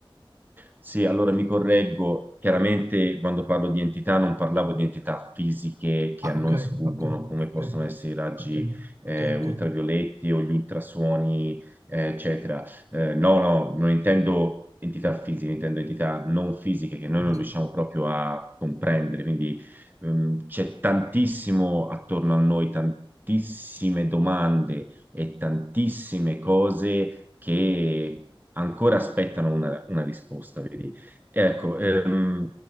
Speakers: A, on the right; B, on the right.
A: Sì, allora mi correggo. Chiaramente quando parlo di entità non parlavo di entità fisiche che
B: Ah,
A: a noi
B: ok,
A: sfuggono,
B: ok,
A: come
B: ok,
A: possono essere i raggi
B: ok,
A: eh,
B: ok,
A: ultravioletti
B: ok.
A: o gli ultrasuoni, eh, eccetera. Eh, no, no, non intendo entità fisiche, intendo entità non fisiche che noi
B: ok.
A: non riusciamo proprio a comprendere. Quindi ehm, c'è tantissimo attorno a noi, tantissime domande e tantissime cose che ancora aspettano una, una risposta, vedi? Ecco, ehm,